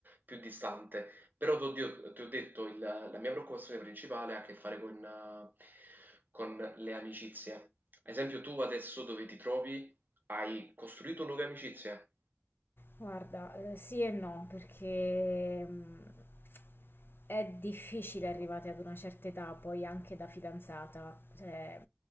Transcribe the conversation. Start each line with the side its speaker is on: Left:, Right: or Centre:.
Right: più distante. Però t'ho dio- ti ho detto, il- la mia preoccupazione principale ha a che fare con, eh, con le amicizie. Ad esempio, tu adesso dove ti trovi hai costruito nuove amicizie?
Left: Guarda, eh, sì e no, perché mh, è difficile arrivate ad una certa età, poi anche da fidanzata, cioè,